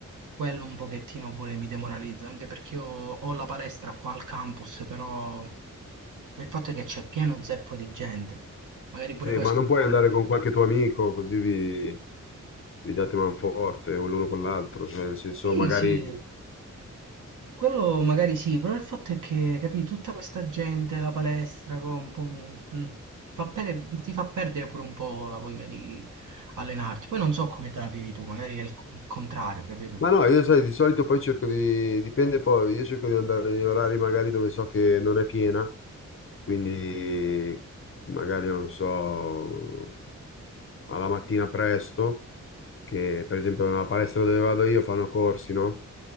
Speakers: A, on the right; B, on the left.
A: quello un pochettino pure mi demoralizza, anche perché io ho la palestra qua al campus, però il fatto è che c'è pieno zeppo di gente, magari pure
B: Sì,
A: questo
B: ma non
A: un
B: puoi
A: po'...
B: andare
A: mi-
B: con qualche tuo amico, così vi, vi date manforte o l'uno con l'altro, cioè, nel senso
A: Sì,
B: magari...
A: sì, Quello magari sì, però il fatto è che, capì, tutta questa gente alla palestra co, un po' mi, mm, fa pere- ti fa perdere pure un po' la voglia di allenarti. Poi non so come te la vivi tu, magari è il co- il contrario, capito?
B: Ma no, io sai, di solito poi cerco di, dipende poi, io cerco di andare in orari magari dove so che non è piena, quindi magari non so, alla mattina presto, che per esempio nella palestra dove vado io fanno corsi, no?